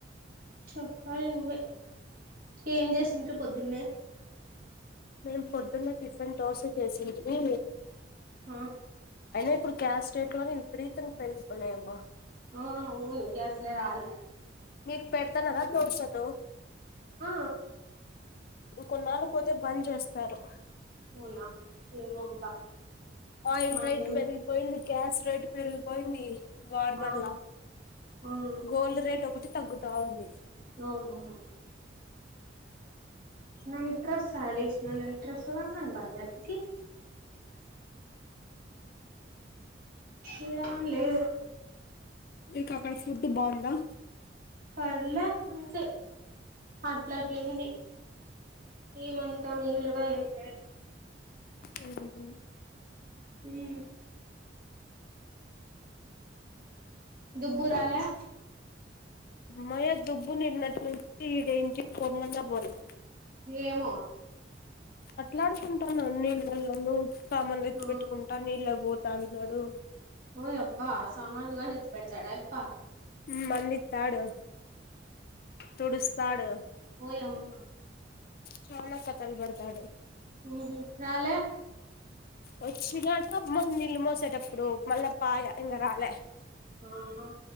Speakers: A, on the right (about 50°); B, on the left (about 55°).
A: చెప్పాలి నువ్వే ఏం చేసింట్రి పొద్దున్నే
B: మేమ్ పొద్దున్నె టిఫిన్ దోస చేసింటిమి
A: ఆ
B: అయిన ఇప్పుడు క్యాష్డేట్లో విపరీతంగా పెరిగి పోయినాయబ్బ
A: ఆ అవును గ్యాస్లే రాలే
B: మీక్ పెడతాన్నరా దోశలు
A: ఆ
B: ఉంకొన్నాళ్లు పోతే బంజేస్తారు
A: అవునా ఏమో అబ్బా
B: ఆయిల్
A: నాకేం
B: రేట్ పెరిగిపోయింది గ్యాస్ రేట్ పెరిగిపోయింది వార్మల్లా
A: ఆ అవును
B: గోల్డ్ రేట్ ఒకటి తగ్గుతా ఉంది
A: అవునవును నైట్ డ్రెస్ యాడేసిన నైట్ డ్రెస్ కూడ కనపడలే అసల్ కి ఇడవన్ లేదు
B: మీకు అక్కడ ఫుడ్ బావుందా
A: పర్ల అంతే అట్లట్లుంది ఏమంతా మీలుగా ఏం లేదు
B: ఉహ్మ్
A: ఊమ్ దుబ్బురాలా
B: మయ్యా దుబ్బు నిన్నటి నుంచి దేనికి పోమన్న పోలె
A: నేమో
B: అట్లాడుకుంటాన నీళ్ళలోనూ సామాల్లు ఎత్
A: ఆ
B: ఎత్తుకుంటా నీళ్ళక్ పో తన్నాడు
A: ఓయ్ అబ్బా సామాన్లుగాని ఎత్తి పెడతాడా అయప్ప
B: ఉమ్ మంది త్తాడు తుడుస్తాడు
A: ఓ యమ్మ
B: చోళ కతల్ బడ్తాడు
A: ఉ మ్ రాల
B: వచ్చిండట మ నీళ్ళు మోసేటప్పుడు మళ్ళా పాయ ఇంగ రాలే
A: ఆఆ